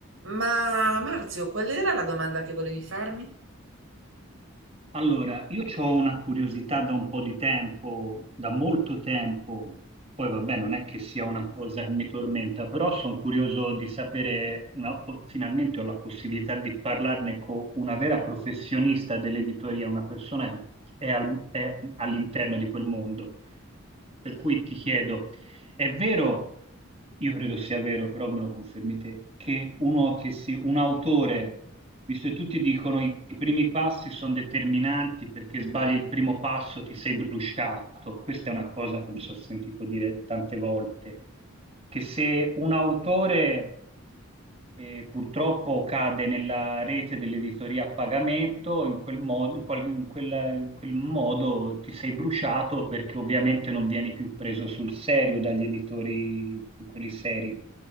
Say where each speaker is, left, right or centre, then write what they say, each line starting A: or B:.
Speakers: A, on the right; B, on the right.
A: Ma Marzio, qual era la domanda che volevi farmi?
B: Allora, io ho una curiosità da un po' di tempo, da molto tempo, poi vabbè, non è che sia una cosa che mi tormenta, però sono curioso di sapere, una- o- finalmente ho la possibilità di parlarne con una vera professionista dell'editoria, una persona che è, al- è all'interno di quel mondo. Per cui ti chiedo, è vero, io credo sia vero, però me lo confermi te, che uno che si, un autore visto che tutti dicono i primi passi sono determinanti perché sbagli il primo passo ti sei bruciato. Questa è una cosa che mi sono sentito dire tante volte, che se un autore e purtroppo cade nella rete dell'editoria a pagamento, in quel modo, in qual- in quella- in quel modo ti sei bruciato perché ovviamente non vieni più preso sul serio dagli editori, quelli seri.